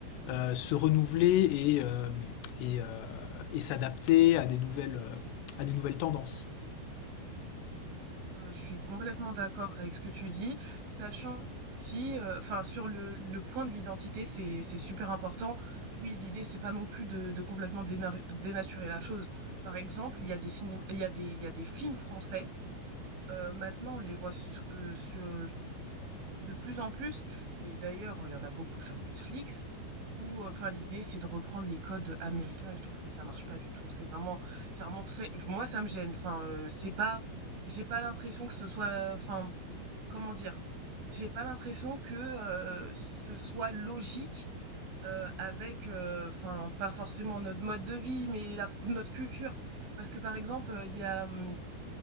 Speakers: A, on the left (about 70°); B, on the right (about 65°).
A: euh, se renouveler et, euh, et, euh, et s'adapter à des nouvelles, euh, à des nouvelles tendances.
B: Euh, je suis complètement d'accord avec ce que tu dis, sachant aussi, euh, enfin sur le, le point de l'identité, c'est c'est super important. Oui, l'idée c'est pas non plus de, de complètement dénar- dénaturer la chose. Par exemple, il y a des ciné- il y a des il y a des films français. euh, maintenant, on les voit su- euh, sur- de plus en plus, et d'ailleurs, il y en a beaucoup sur Netflix, où euh, enfin l'idée c'est de reprendre les codes américains et je trouve que ça marche pas du tout. C'est vraiment c'est vraiment très moi ça me gêne. Enfin euh, c'est pas j'ai pas l'impression que ce soit enfin comment dire? J'ai pas l'impression que euh, ce soit logique euh, avec euh, enfin pas forcément notre mode de vie mais la- notre culture parce que par exemple euh, il y a hum,